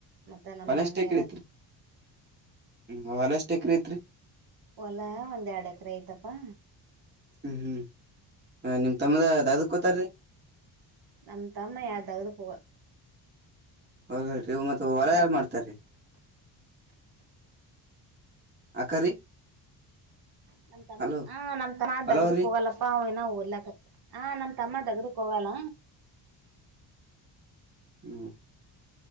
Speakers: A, on the right; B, on the right.
A: ಮತ್ತೆ ನಮ್ಮ
B: ಹೊಲ
A: ಮಮ್ಮಿ
B: ಎಷ್ಟ್ ಎಕರೆ ಐತ್ರಿ ಹ್ಮ್ ಅವನಷ್ಟಕ್ರ ಐತ್ರಿ <unintelligible>
A: ಹೊಲಾ ಒಂದ್ ಎರಡು ಎಕರೆ ಐತಪ್ಪಾ
B: ಹ್ಮ್ ಹ್ಮ್ ನಿಮ್ ತಮ್ಮದ ದಾದಕ್ <unintelligible> ಕೋತಾರೀ
A: ನಮ್ಮ ತಮ್ಮ ಯಾರದಾವದ <unintelligible> ಪವ
B: ಹೋಗ ಹೇಳಿ ಇ ಮತ್ತ ಹೊಲ
A: ದ
B: ಯಾರು ಮಾಡ್ತಾರೀ ಅಕ್ಕರಿ
A: ನ ತಮ್ಮ
B: ಹಲೋ
A: ಹ ನಮ ತಮ್ಮ
B: ಹಲೋರಿ
A: ತಗ್ದಕ್ ಹೋಗಲ್ಲಪ್ಪಾ ಅವ ಓದಲಾಕತ್ ಆ ನಮ್ ತಮ್ಮ ತಗ್ದಕ್ ಹೋಗಲ್ಲ
B: ಹ್ಮ